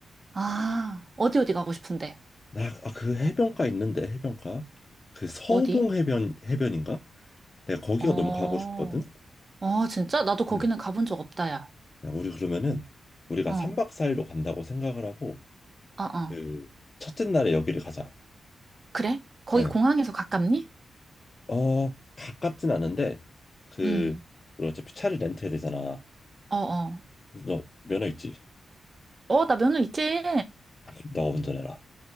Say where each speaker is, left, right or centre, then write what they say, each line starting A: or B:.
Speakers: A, on the right (about 45°); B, on the left (about 40°).
A: 아, 어디 어디 가고 싶은데?
B: 나 아, 그 해변가 있는데 해변가 그 서봉
A: 어디?
B: 해변 해변인가? 내가 거기가
A: 어,
B: 너무 가고 싶거든.
A: 어, 진짜? 나도 거기는
B: 네.
A: 가본 적 없다, 야.
B: 야, 우리 그러면은 우리가
A: 어,
B: 3박 4일로 간다고 생각을 하고
A: 어, 어.
B: 그 첫째 날에 여기를 가자.
A: 그래? 거기
B: 네.
A: 공항에서 가깝니?
B: 어, 가깝진 않은데, 그,
A: 응.
B: 우리 어차피 차를 렌트해야 되잖아.
A: 어, 어.
B: 너 면허 있지?
A: 어, 나 면허 있지?
B: 아, 그럼 너가 운전해라.